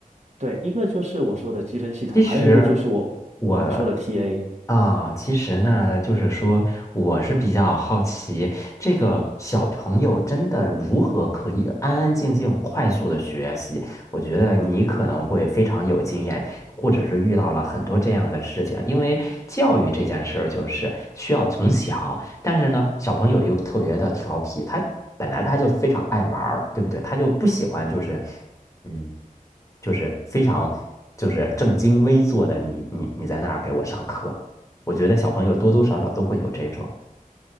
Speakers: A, on the right; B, on the left.
A: 对，一个就是我说的积分系统，
B: 其实
A: 还有一个就是我我们说的
B: 我
A: TA，
B: 啊，其实呢，就是说，我是比较好奇，这个小朋友真的如何可以安安静静、快速的学习？我觉得你可能会非常有经验，或者是遇到了很多这样的事情。因为教育这件事儿就是需要从小，但是呢，小朋友又特别的调皮，他本来他就非常爱玩儿，对不对？他就不喜欢就是，嗯，就是非常就是正襟危坐的你你你在那儿给我上课。我觉得小朋友多多少少都会有这种，